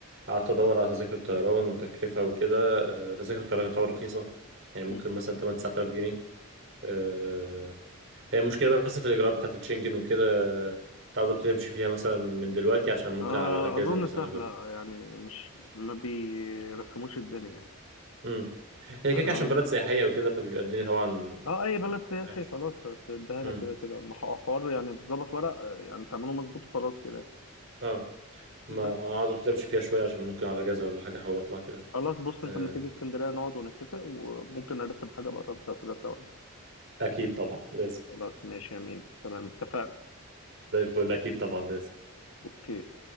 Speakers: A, on the right; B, on the left.
A: قعدت ادور على تذاكر الطيران وتكلفه وكده آه، تذاكر الطيران يعتبر رخيصه يعني ممكن
B: مم.
A: مثلا 8 9000 جنيه آه، هي المشكله بس في الاجراءات بتاعت الشنجن وكده آه، كنت عاوز ابتدي امشي فيها مثلا من دلوقتي عشان ممكن
B: آه،
A: على الاجازه
B: أظن
A: مثلا
B: سهلة
A: اجرب
B: يعني مش ما بيرخموش الدنيا يعني
A: امم هي
B: يعني
A: كده كده عشان
B: أظن
A: بلد سياحيه وكده فبيبقى الدنيا طبعا
B: اه اي بلد سياحي
A: وحش
B: خلاص هتديها لك
A: امم
B: كده كده ما هو حوار يعني بظبط ورق آه، يعني تعمله مظبوط وخلاص كده
A: اه ما
B: بس
A: اقعد ابتدي امشي فيها شويه عشان ممكن على اجازه ولا حاجه احاول اطلع كده
B: خلاص بص
A: آه،
B: انت لما تيجي اسكندريه نقعد ونتفق وممكن نرتب حاجه بره نسافرها سوا يعني.
A: اكيد طبعا لازم
B: خلاص ماشي يا مين تمام اتفقنا
A: زي الفل اكيد طبعا لازم
B: اوكي